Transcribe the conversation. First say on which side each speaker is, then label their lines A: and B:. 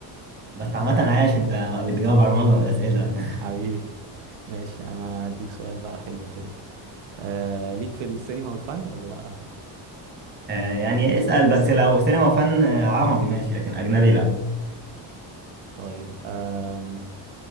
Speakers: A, on the right; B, on the right.
A: بس عامة عايش انت بتجاوب على معظم الأسئلة
B: حبيبي <laughs> ماشي انا اديك سؤال بقى حلو كده آه ليك في السينما والفن ولا لا
A: آه، يعني اسأل بس لو سينما وفن آه، عربي ماشي لكن أجنبي لأ
B: طيب آم،